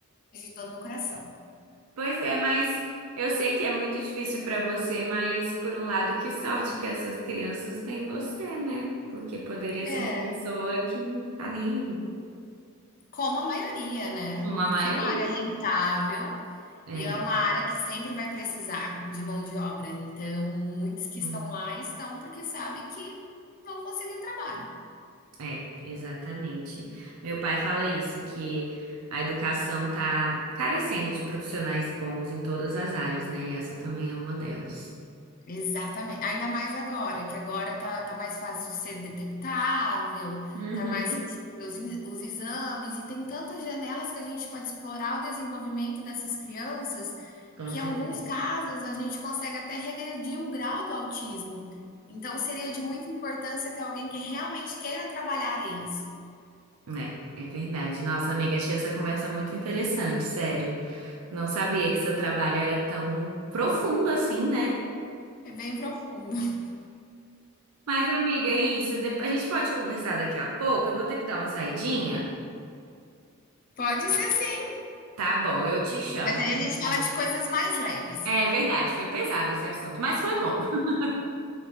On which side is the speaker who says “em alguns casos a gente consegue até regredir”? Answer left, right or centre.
Left